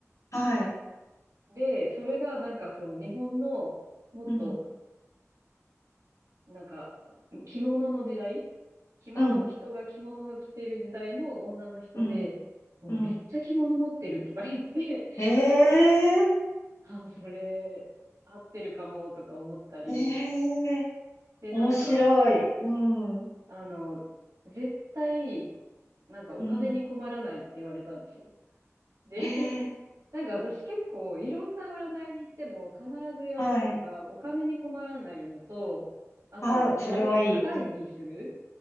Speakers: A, on the left (about 70°); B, on the right (about 75°).
A: はい。
B: で、それがなんかその日本のもっと、
A: うん。
B: なんか、着物の時代着物、
A: うん。
B: 人が着物を着てる時代の女の人で、
A: うん。
B: もうめっちゃ着物持ってるとか言って、
A: うん。ええ
B: <laughs> あ、それ、合ってるかもとか思ったり、
A: ええ
B: で、
A: 面白い。
B: なんか、
A: うん。
B: あの、絶対、なんかお金に困らないって言われたんですよ。
A: うん。
B: で、
A: ええ
B: <laughs> なんか私結構いろんな占いに行っても必ず言われるのがお金に困らないのと、
A: はい。
B: あと、
A: ああ、
B: な、
A: それはいい。
B: 長生きする
A: うん。